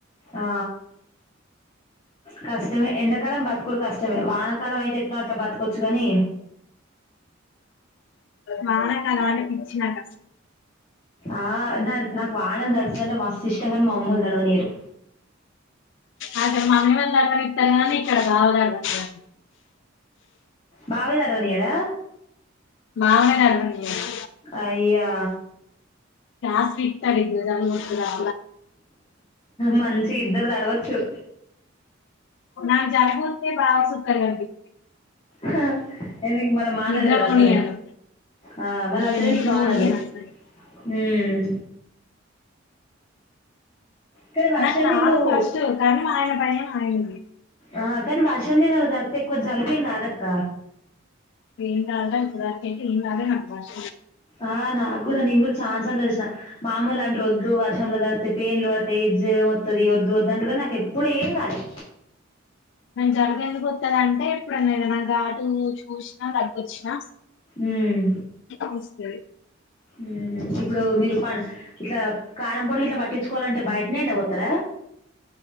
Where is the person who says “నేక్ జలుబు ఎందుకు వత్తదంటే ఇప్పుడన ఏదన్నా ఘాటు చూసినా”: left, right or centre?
Left